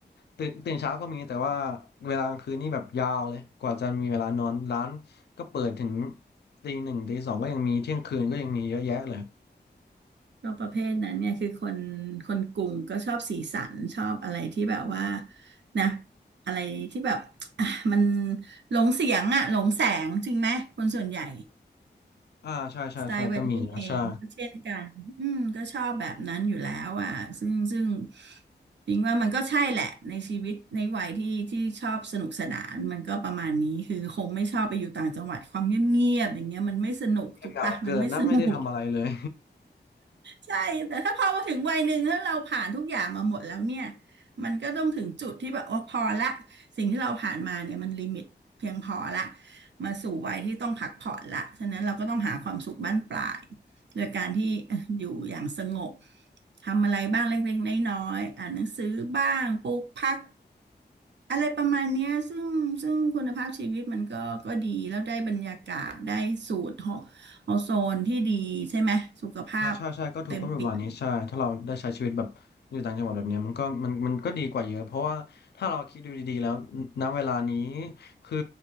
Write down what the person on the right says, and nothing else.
ก็ประเภทนั้นเนี่ยคือคนคนกลุ่มก็ชอบสีสันชอบอะไรที่แบบว่านะอะไรที่แบบอ่ะมันหลงเสียงอะหลงแสงจริงไหมคนส่วนใหญ่
สไตล์วัยรุ่นเองก็เช่นกันอืมก็ชอบแบบนั้นอยู่แล้วอ่ะซึ่งซึ่งจริงว่ามันก็ใช่แหละในชีวิตในวัยที่ที่ชอบสนุกสนานมันก็ประมาณนี้คือคงไม่ชอบไปอยู่ต่างจังหวัดความเงียบๆอย่างเงี้ยมันไม่สนุกถูกปะมันไม่สนุก
ใช่แต่ถ้าพอมาถึงวัยหนึ่งแล้วเราผ่านทุกอย่างมาหมดแล้วเนี่ยมันก็ต้องถึงจุดที่แบบโอ้พอละสิ่งที่เราผ่านมาเนี่ยมันลิมิตเพียงพอละมาสู่วัยที่ต้องพักผ่อนละฉะนั้นเราก็ต้องหาความสุขบั้นปลายโดยการที่ <laughs> ออยู่อย่างสงบทำอะไรบ้างเล็กๆน้อยๆอ่านหนังสือบ้างปลูกผัก อะไรประมาณเนี้ยซึ่งซึ่งคุณภาพชีวิตมันก็ก็ดีแล้วได้บรรยากาศได้สูตรของอโซนที่ดีใช่ไหมสุขภาพ
เต็มเปี่ยม